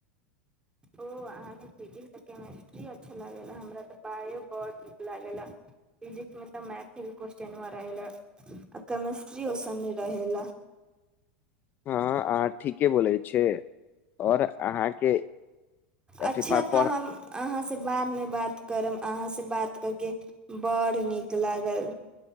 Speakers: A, on the right (about 15°); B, on the left (about 35°).
A: ओ आहाँके फिजिक्स तऽ केमेस्ट्री अच्छा लागैए हमरा तऽ पाइो बड नीक लागैला फिजिक्स मे तऽ मैथ कस्चनमा रहै ला आ केमिस्ट्री ओसन नहि रहै ला
B: हँ अहाँ ठीके बोलै छी आओर अहाँके
A: अच्छा
B: अथि पर
A: तऽ हम अहाँ सँ बादमे बात करब आहाँ सँ बात करके बड़ नीक लागल